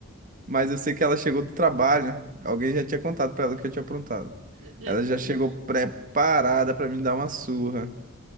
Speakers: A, on the right; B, on the right.
A: Mas eu sei que ela chegou do trabalho, alguém já tinha contado pra ela o que eu tinha aprontado.
B: Já
A: Ela
B: tinha,
A: já chegou
B: já.
A: preparada pra me dar uma surra.